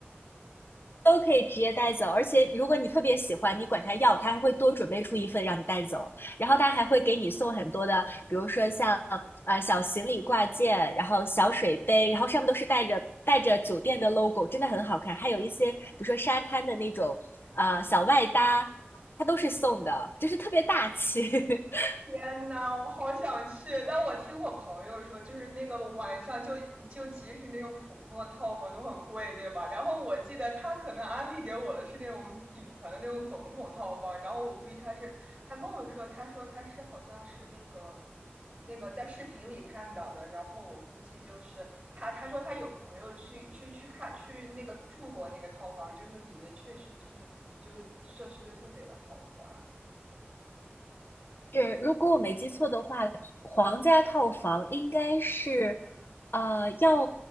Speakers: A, on the left; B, on the right.
A: 都可以直接带走，而且如果你特别喜欢，你管他要，他还会多准备出一份让你带走，然后他还会给你送很多的，比如说像呃小行李挂件，然后小水杯，然后上面都是带着带着酒店的 logo，真的很好看，还有一些比如说沙滩的那种呃小外搭，它都是送的，就是特别大气。<laughs>
B: 天呐，我好想去！但我听我朋友说，就是那个晚上就就即使那种普通的套房都很贵，对吧？然后我记得他可能安利给我的是那种顶层的那种总统套房，然后我估计他是他跟我说，他说他是好像是那个那个在视频里看到的，然后我估计就是他他说他有朋友去去去看去那个住过那个套房，就是里面确实就是就是设施都特别的豪华。
A: 是，如果我没记错的话，皇家套房应该是，呃，要